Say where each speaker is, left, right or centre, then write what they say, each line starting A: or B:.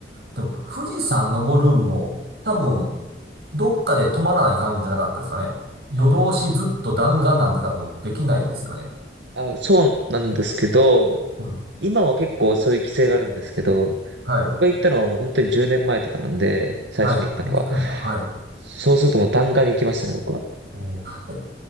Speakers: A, on the right (about 60°); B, on the right (about 80°).
A: でも、富士山登るんも、多分、どっかで止まらない感じじゃなかったですかね。夜通しずっと弾丸なんて多分できないですよね。
B: ああ、そうなんですけど、
A: うん。
B: 今は結構そういう規制があるんですけど、
A: はい。
B: 僕が行ったのはもう本当に10年前とかなんで、最初に行ったのは。
A: はい。あれ、いけたんだ。はい。
B: そうするともう弾丸に行きましたね、僕は。
A: おーえ、